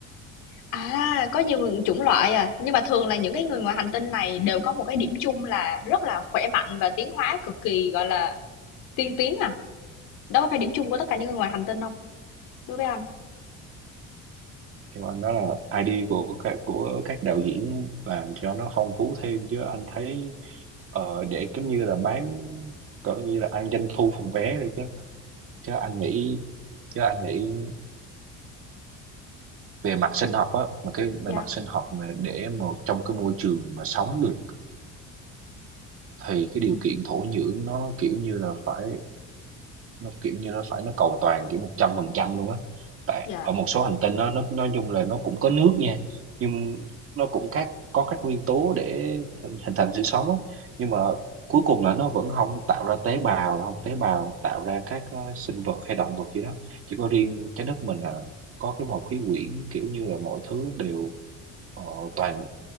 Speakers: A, on the left; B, on the right.
A: À, có nhiều người- chủng loại à, nhưng mà thường là những cái người ngoài hành tinh này đều có một cái điểm chung là rất là khỏe mạnh và tiến hóa cực kỳ gọi là tiên tiến à. Đó có phải điểm chung của tất cả những người ngoài hành tinh không? đối với anh
B: theo anh đó là ID của các của các đạo diễn làm cho nó phong phú thêm chứ anh thấy ờ, để giống như là bán cỡ như là ăn doanh thu phòng vé rồi chứ chứ anh nghĩ chứ anh nghĩ về mặt sinh học á mà cái
A: dạ
B: về mặt sinh học mà để một trong cái môi trường mà sống được thì cái điều
A: Ừ,
B: kiện thổ nhưỡng nó kiểu như là phải nó kiểu như nó phải nó cầu toàn kiểu một trăm phần trăm luôn á tại
A: dạ
B: ở một số hành tinh nó nó nói chung là nó cũng có nước nha nhưng nó cũng các có các nguyên tố để hình hình thành sự sống á nhưng mà cuối cùng là nó vẫn không tạo ra tế bào không tế bào tạo ra các ờ, sinh vật hay động vật gì đó chỉ có riêng trái đất mình là có cái bầu khí quyển kiểu như là mọi thứ đều ờ, toàn